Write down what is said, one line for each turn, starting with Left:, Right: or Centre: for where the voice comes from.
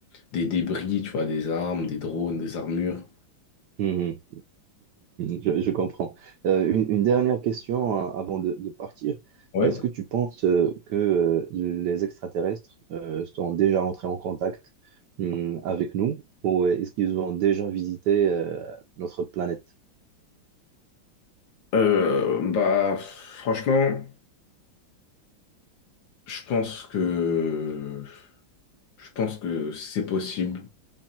Left: des débris, tu vois, des armes, des drones, des armures.
Right: est- <laughs> Je, je comprends. Euh, une, une dernière question euh, avant de, de partir.
Left: Ouais.
Right: Est-ce que tu penses euh, que euh, les extraterrestres euh, sont déjà entrés en contact hum, avec nous ou est-ce qu'ils ont déjà visité euh, notre planète?
Left: Euh, bah, franchement, je pense que je pense que c'est possible.